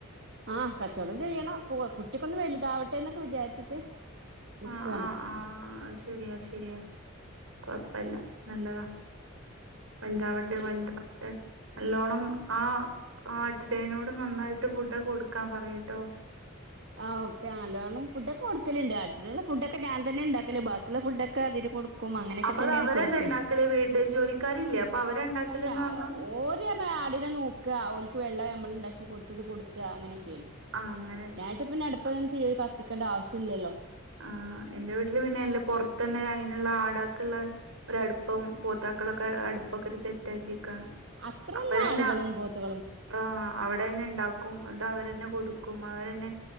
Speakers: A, on the right (about 55°); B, on the right (about 70°).
A: ആ കച്ചോടം ചെയ്യണം കു കുട്ടിക്കൊന്ന് വൽതാവട്ടെ ന്നൊക്കെ വിചാരിച്ചിട്ട് നിക്കാണ്
B: ആ ആ ആ അത് ശരിയാ അത് ശരിയാ കൊഴപ്പല്ല നല്ലതാ വൽതാവട്ടെ
A: ജോലി
B: വൽതാവട്ടെ നല്ലോണം ആ ആട്ടിടയനോട് നന്നായിട്ട് ഫുഡൊക്കെ കൊടുക്കാം പറയ്‌ട്ടോ
A: ആ ഒക്കെ നല്ലോണം ഫുഡൊക്കെ കൊട്ക്കല്ണ്ട് ആടിന്ള്ള ഫുഡക്കെ ഞാൻ തന്നെ ഇണ്ടാക്കല് ബാക്കിള്ള ഫുഡക്കെ അതിന് കൊടു ക്കും അങ്ങനെക്കെ
B: അപ്പൊ
A: തന്നെണ്
B: അത് അവരല്ലേ
A: കൊടുക്കല്
B: ഉണ്ടാക്കല് വീട്ട് ജോലിക്കാരില്ലേ അപ്പൊ അവര ഉണ്ടാക്കല്ന്ന്
A: അല്ല
B: പറഞ്ഞു
A: ഓ ല് പർഞ്ഞ ആടിനെ നോക്ക ഓൽക്ക് വെള്ളം നമ്മള് ഇണ്ടാക്കി കൊട്ത്തത് കൊട്ക്ക അങ്ങനെ ചെയ്യ്ണെ
B: ആ അങ്ങ
A: അതിനായിട്ട് പിന്നെ അട്പ്പിലൊന്നും തീയ്‌ കത്തിക്കണ്ട ആവശ്യല്ലല്ലോ
B: ആ എന്റെ വീട്ടില് പിന്നെ എല്ലും പൊർത്തന്നെ അയിന്ള്ള ആടെക്ക്ള്ള ഒര അട്പ്പും പോത്തെക്ക്ള്ളക്ക അട്പ്പൊക്കെ ഇട്ട് സെറ്റ ആക്കിക്കാണ്
A: അത്രൊന്നും
B: അപ്പരന്ന
A: ആടുകളും പോത്തുകളും
B: ആ അവടന്നെ ഇണ്ടാക്കും ന്നട്ട് അവരന്നെ കൊട്ക്കും അവരെന്നെ